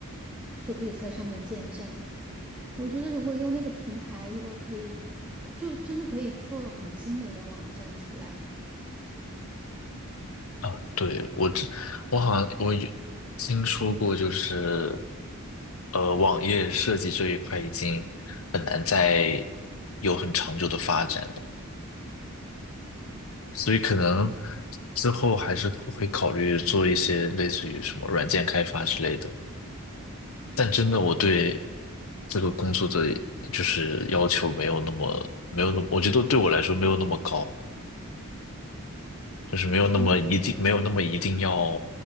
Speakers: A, in the centre; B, on the left (about 65°).
A: 就可以在上面建站。我觉得如果用那个平台，如果可以，就真的可以做很精美的网站出来。
B: 啊，对，我知，我好像我有听说过，就是呃，网页设计这一块已经很难再有很长久的发展了，所以可能之后还是会考虑做一些类似于什么软件开发之类的。但真的我对这个工作的就是要求没有那么没有那么，我觉得对我来说没有那么高，就是没有那么一定没有那么一定要
A: 是吗